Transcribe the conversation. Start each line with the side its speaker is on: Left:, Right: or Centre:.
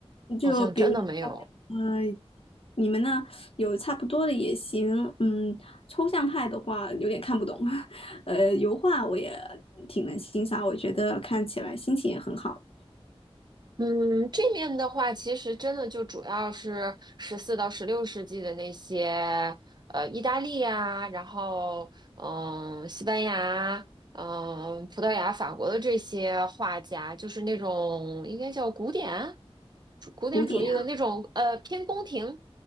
Left: 就比如说，
Right: 好像真的没有。
Left: 嗯、你们呢？有差不多的也行。嗯，抽象派的话有点看不懂，<laughs> 呃，油画我也挺能欣赏，我觉得看起来心情也很好。
Right: 嗯，这面的话，其实真的就主要是十四到十六世纪的那些，呃，意大利呀，然后嗯、西班牙，嗯、葡萄牙、法国的这些画家，就是那种应该叫古典主古典主义的那种，
Left: 古典啊，
Right: 呃，偏宫廷，